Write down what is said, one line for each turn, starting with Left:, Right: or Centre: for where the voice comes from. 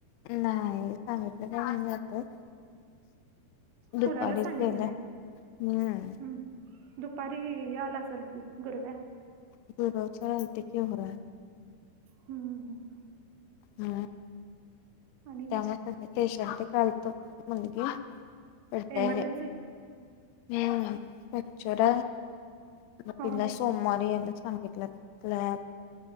Left: नाही सांगितलं का नाही आता. दुपारी
Right: कोणाला सांगितलं
Left: <unintelligible>
Right: नाही
Left: हम्म
Right: हम्म दुपारी याला असेल की गुरव्या.
Left: <unintelligible>
Right: हम् हम
Left: ह
Right: आणि काय
Left: त्या <unintelligible> हम <unintelligible>
Right: एमर्जन्सी हा
Left: सोमवारी यांना सांगितलं लॅब.